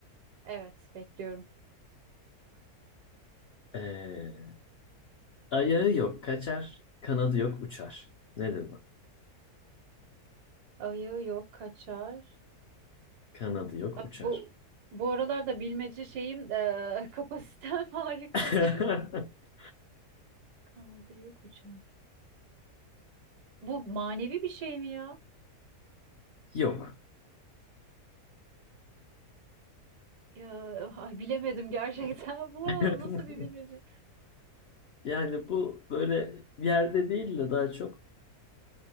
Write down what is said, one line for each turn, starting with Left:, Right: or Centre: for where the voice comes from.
Right: Evet, bekliyorum.
Left: Ee, ayağı yok kaçar, kanadı yok uçar. Nedir bu?
Right: Ayı yok kaçar.
Left: Kanadı yok
Right: Bak,
Left: uçar.
Right: Bu bu aralarda bilmece şeyim eee, <laughs> kapasitem harikadır.
Left: <laughs>
Right: Kanadı yok uçar. Bu manevi bir şey mi ya?
Left: Yok.
Right: Ya ay, bilemedim gerçekten. <laughs> Bulamadım.
Left: <laughs>
Right: Nasıl bir bilmece?
Left: Yani bu böyle yerde değil de daha çok